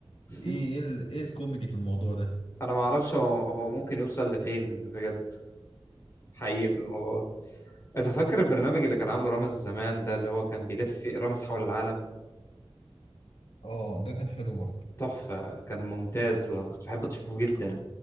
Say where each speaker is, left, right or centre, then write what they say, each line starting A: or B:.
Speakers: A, on the left; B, on the left.
A: <laughs>
B: إيه إيه, ال... إيه الكوميدي في الموضوع ده
A: انا ما اعرفش هو هو ممكن يوصل لفين بجد حقيقي في الموضوع ده انت فاكر البرنامج اللي كان عامله رامز زمان ده اللي هو كان بيلف فيه- رامز حول العالم
B: آه ده كان حلو برضه
A: تحفه كان ممتاز انا كنت بحب اشوفه جدا